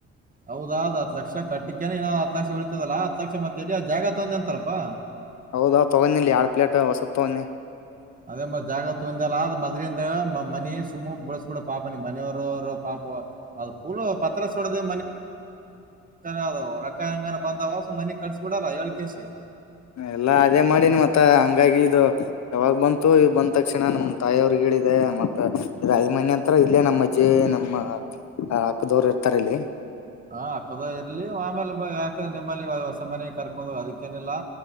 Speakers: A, on the right; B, on the left.
A: ಹೌದ ಅದ್ ಹತ್ ಲಕ್ಷ ಕಟ್ಟಿಕೇನೆ ಇನ್ನು ಹತ್ ಲಕ್ಷ ಬೀಳ್ತದಲ್ಲಾ ಹತ್ ಲಕ್ಷ ಮತ್ತೇಲ್ಲೀ ಜಾಗ ತೋಂದ್ಯದಲಪಾ.
B: ಹೌದ ತಗೊಂಡಿನೀ ಆರ್ ಪ್ಲೇಟು ಹೊಸುದ್ ತಗೊಂಡಿನಿ.
A: ಅದೇ ಮತ್ ಜಾಗ ತೊಂದಲ್ಲ ಅದ್ ಮದಗಿಂದ ಮನಿ ಸುಮ್ಮ್ ಬಳಸ್ಬೇಡ ಪಾಪ ನಿಮ್ಮನೆಯವರು ಪಾಪ <unintelligible> ರಿ ಅವು ರೊಕ್ಕ ಹೆಂಗಾರು ಬಂದವ ಮನೆಗ್ ಕಟ್ಸಿಬುಡಲ್ಲ ಏಳ್ ಕೆಸಿ.
B: ಎಲ್ಲಾ ಅದೇ ಮಾಡಿನ ಮತ್ತ ಹಂಗಾಗಿ ಇದು ಯಾವಾಗ್ ಬಂತು ಈಗ್ ಬಂದ್ ತಕ್ಷಣ ನಮ್ ತಾಯೋರ್ಗೇಳಿದ್ದೆ ಮತ್ತ <unintelligible> ತ್ರ ಇಲ್ಲೇ ನಮ್ಮ ಅಜ್ಜಿ ನಮ್ಮ ಅಕ್ಕದೋರು ಇರ್ತಾರೆ ಇಲ್ಲಿ.
A: ಹಾ ಅಕದೋರ್ ಇರ್ಲಿ ಆಮೇಲೆ ಬಾ ಯಾಕಂದ್ರೆ ನಿಮ್ಮಲ್ಲಿ ಹೊಸ ಮನೆ ಕರ್ಕೊಂಡ್ ಹೋಗ್ ಅದಕ್ಕೇನಿಲ್ಲಾ.